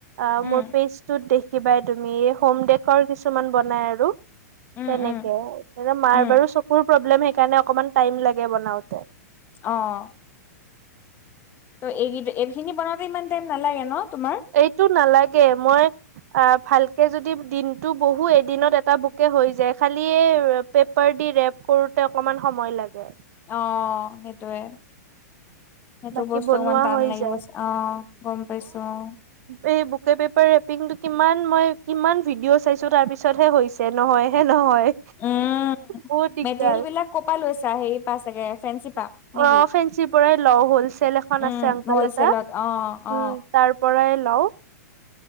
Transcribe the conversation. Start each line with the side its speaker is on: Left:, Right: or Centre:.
Right: আঁ
Left: উম
Right: মোৰ পেজটোত দেখিবাই তুমি হোম দেকৰ কিছুমান বনাই আৰু।
Left: উম
Right: তেনেকে,
Left: উম
Right: এতিয়া মাৰ
Left: উম
Right: বাৰু চকুৰ প্ৰব্লেম সেইকাৰণে অকমান টাইম লাগে বনাও তে
Left: অ'। ত' এই এইখিনি বনাওঁতে ইমান টাইম নালাগে ন তোমাৰ?
Right: এইটো নালাগে, মই আ, ভালকে যদি দিনতটো বহো এদিনত এটা বুকে হৈ যায়। খালি এ পেপাৰ দি ৰেপ কৰোতে অকমান সময় লাগে।
Left: অ, সেইটোৱে। সেইটো
Right: বাকী
Left: বস্তু
Right: বনোৱা
Left: অকমান টান
Right: হৈ
Left: লাগিব
Right: যায়
Left: চ, অ' গম পাইছো অ'।
Right: এই বুকে পেপাৰ ৰেপিংটো কিমান মই কিমান ভিডিঅ চাইছো তাৰ পিছতে কৰিছো। যে নহয়হে নহয়।
Left: উম,
Right: বহুত দিগদাৰ
Left: মেটেৰিয়েল বিলাক ক'ৰ পৰা লৈছা হেৰি পা চাগে ফেঞ্চি পা নেকি
Right: অ' ফেঞ্চিৰ পৰাই লও হলচেল এখন
Left: উম
Right: আছে আংকল
Left: হলচেলত
Right: এটাৰ
Left: অ অ
Right: উম। তাৰ পৰাই লওঁ।